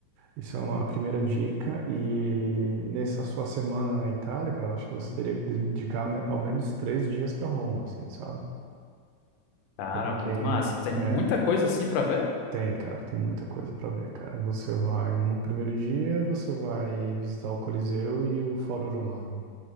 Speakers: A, on the right (about 80°); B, on the left (about 80°).
A: Isso é uma primeira dica. E nessa sua semana na Itália, cara, eu acho que você teria que dedicar, né, ao menos três dias para Roma, assim, sabe?
B: Cara,
A: Porque,
B: muito massa. Tem
A: é,
B: muita coisa assim para ver?
A: Tem, cara, tem muita coisa pra ver, cara. Você vai no primeiro dia, você vai visitar o Coliseu e o Fórum Romano.